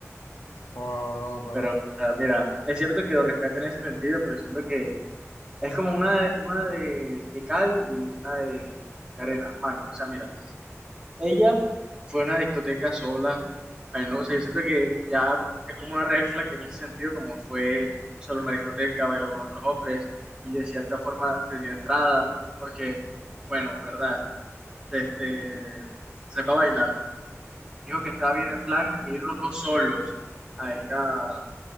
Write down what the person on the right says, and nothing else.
Pero, o sea, mira, es cierto que lo respeto en ese sentido, pero siento que Es como una de, una de, de cal y una de, de arena. Man, o sea, mira, ella fue a una discoteca sola. Ay, no, o sea, yo siento que ya es como una red flag en ese sentido, como fue solo una discoteca, bailó con otros hombres y de cierta forma te dio entrada, porque, bueno, verdad, este, se fue a bailar. Dijo que estaba bien el plan de ir los dos solos a ir a,